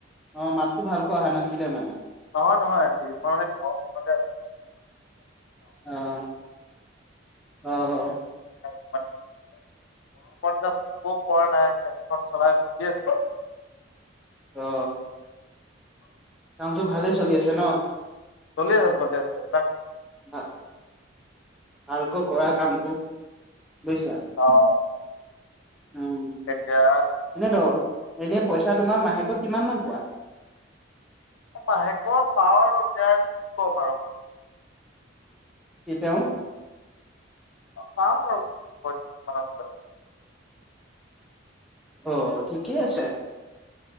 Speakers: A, in the centre; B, on the left.
A: অ মাত ভালকৈ অহা নাছিলে মানে
B: নহয় নহয় মই মানে ঘৰৰ ভিতৰতে আছো
A: অহ অহ অহ
B: গৰমত যে শুৱ পৰা নাই ফেনখন চলাই বহি আছো
A: অ কামটো ভালেই চলি আছে ন
B: চলি আছে চলি আছে তা
A: ভা ভালকৈ কৰা কামটো কৰিছা
B: চাওঁ
A: উ
B: এতিয়া
A: ইমান বেয়া হল নে পইচা তোমাৰ মাহেকত কিমান মান পোৱা
B: মাহেকত পাৱ আৰু দেধ কি কম আৰু
A: কি তেওঁ
B: পাও আৰু ফৰ্টি মানৰ ভিতৰত
A: অ ঠিকেই আছে